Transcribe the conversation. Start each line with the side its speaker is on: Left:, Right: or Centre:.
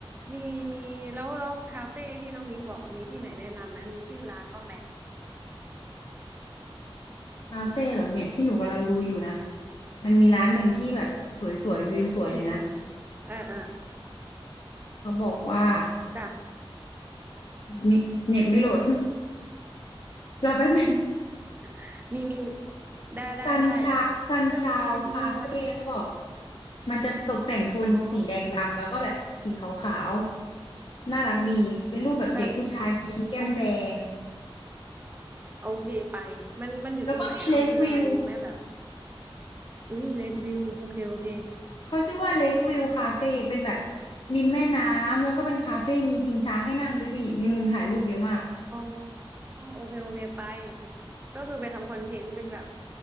Right: มีมีแล้วแล้วคาเฟ่ที่น้องนิ้งบอกมีที่ไหนแนะนำไหมมีชื่อร้านบ้างไหม
Left: คาเฟ่เหรอเนี่ยที่หนูกำลังดูอยู่นะมันมีร้านหนึ่งที่แบบสวยๆวิวสวยเลยนะ
Right: อืมอ่าอ่า
Left: เขาบอกว่า
Right: จ้ะ
Left: มีเน็ตไม่โหลด <laughs> รอแป๊บนึง
Right: <laughs> มีมีได้ได้ได้
Left: ซันชาซันชาวคาเฟ่เขาบอก
Right: มันจะมีมีร้าน
Left: มันจะตกแต่งโทนสีแดงดำแล้วก็แบบสีขาว
Right: อ๋อ
Left: ๆน่ารักดีเป็นรูปแบบเด็กผู้ชายยิ้มแก้มแดง
Right: จันโอโอเคไปมันมันอยู่ตรงไหนอะอำเภออะไรรู้ไหมแบบ
Left: แล้วก็มีเลควิว
Right: อุ้ยเรดวิวโอเคโอเค
Left: เขาชื่อว่าเลควิวคาเฟ่เป็นแบบริมแม่น้ำแล้วก็เป็นคาเฟ่มีชิงช้าให้นั่งด้วยพี่มีมุมถ่ายรูปเยอะมาก
Right: อ๋อโอเคโอเคไปก็คือไปทำคอนเทนต์เป็นแบบ